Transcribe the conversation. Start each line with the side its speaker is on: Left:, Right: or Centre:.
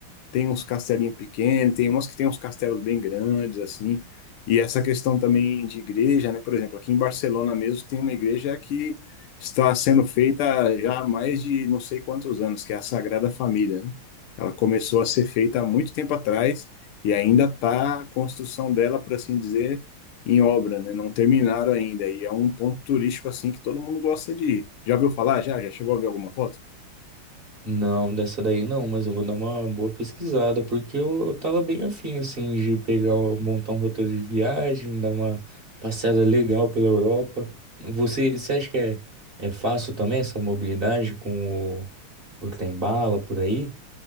Left: tem uns castelinhos pequenos, tem umas que tem uns castelos bem grandes, assim. E essa questão também de igreja, né? Por exemplo, aqui em Barcelona mesmo tem uma igreja que está sendo feita já há mais de não sei quantos anos, que é a Sagrada Família. né? Ela começou a ser feita há muito tempo atrás e ainda está a construção dela, por assim dizer, em obra, né? Não terminaram ainda. E é um ponto turístico assim que todo mundo gosta de ir. Já viu falar? Já? Já chegou a ver alguma foto?
Right: Não, dessa daí não, mas eu vou dar uma boa pesquisada, porque eu, eu tava bem afim, assim, de pegar, um- montar um roteiro de viagem, dar uma passeada legal pela Europa. Você, você acha que é, é fácil também essa mobilidade com o, o trem-bala por aí?